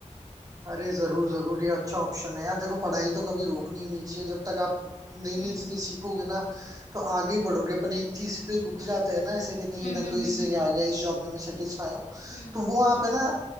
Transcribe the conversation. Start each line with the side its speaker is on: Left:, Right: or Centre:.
Right: अरे जरूर जरूर ये अच्छा ऑप्शन है यार देखो पढ़ाई तो कभी रोकनी ही नहीं चाहिए जब तक आप नई
Left: हम्म
Right: नई चीजें सीखोगे ना तो आगे ही बढ़ोगे अपन एक चीज पे रुक जाते हैं ना ऐसे कि नहीं
Left: हम्म
Right: मैं
Left: हम्म
Right: तो इस जगह
Left: हम्म
Right: आ गया इस जॉब में मैं सेटिस्फाई हूँ
Left: हम्म
Right: तो वो आप है ना